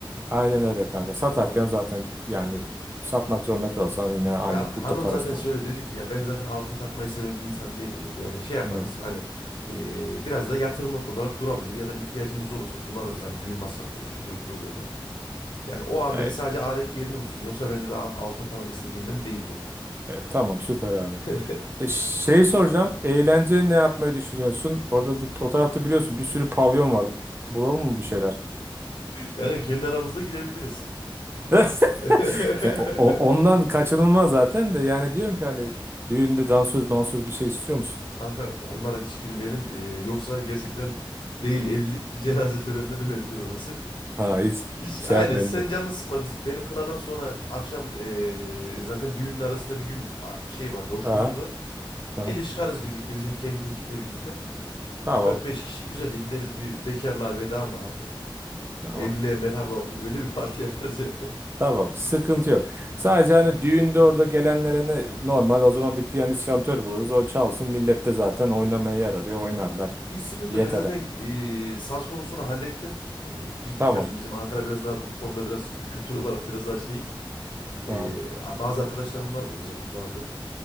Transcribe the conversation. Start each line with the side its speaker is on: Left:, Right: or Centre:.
Right: aynen öyle kanka. Satarken
Left: Aa.
Right: zaten yani satmak zorunda kalsan yine aynı
Left: Ya
Right: kurda
Left: hanım
Right: parasını
Left: zaten söyle
Right: al.
Left: dedi ki ya ben zaten altın takmayı seven bir insan değilim dedi. Yani şey yaparız
Right: Hı.
Left: hani e, biraz da yatırımlık olarak durabilir ya da ihtiyacımız olursa kullanırız. Hani düğün masrafıdır şudur budur dedi. Yani o an
Right: Evet,
Left: dedi sadece adet yerini bulsun. Yoksa ben dedi "a- altın falan istediğimden değil dedi.
Right: evet. Tamam süper abi.
Left: <laughs>
Right: E, şey soracağım. Eğlence ne yapmayı düşünüyorsun? Orada bir, o tarafta biliyorsun bir sürü pavyon var. Bulalım mı bir şeyler?
Left: Kanka kendi aramızda gidebiliriz.
Right: <laughs>
Left: <laughs>
Right: Ke- o- o- ondan kaçınılmaz zaten de yani diyorum ki hani düğünde dansöz mansöz bir şey istiyor musun?
Left: Kanka onlara hiç girmeyelim. E, yoksa gerçekten değil evlilik bir cenaze törenine dönebilir orası.
Right: Ha hiç
Left: Hiç,
Right: şey
Left: aynen
Right: yapmayayım
Left: sen
Right: diye.
Left: canını sıkma biz benim kınadan sonra akşam eee, zaten düğünün arasında bir gün a- şey var boşluğumuz
Right: Ha,
Left: var.
Right: ha.
Left: Gece çıkarız birlikte bizim kemik ekiple birlikte.
Right: Tamam.
Left: dört beş kişi güzelce gideriz bir bekarlığa veda mı artık
Right: Tamam.
Left: evliliğe merhaba mı öyle bir parti yaparız yani. <laughs>
Right: Tamam, sıkıntı yok. Sadece hani düğünde orada gelenlere ne normal o zaman bir piyanist şantör buluruz. O çalsın millet de zaten oynamaya yer arıyor oynarlar.
Left: Hiç sıkıntı
Right: Yetere.
Left: yok ben zaten eee, saz konusunu hallettim. Eee, biz
Right: Tamam.
Left: biliyorsun bizim Ankara biraz daha bu konuda biraz kültür <laughs> olarak biraz daha şey. Eee,
Right: Ha.
Left: bazı arkadaşlarım var burada zaten tanıdım.